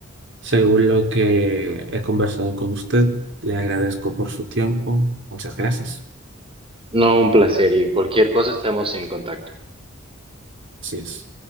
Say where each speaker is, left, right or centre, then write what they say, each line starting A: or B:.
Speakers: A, on the right (about 60°); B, on the right (about 25°).
A: Según lo que he conversado con usted, le agradezco por su tiempo. Muchas gracias.
B: No, un placer y cualquier cosa estamos en contacto.
A: Así es.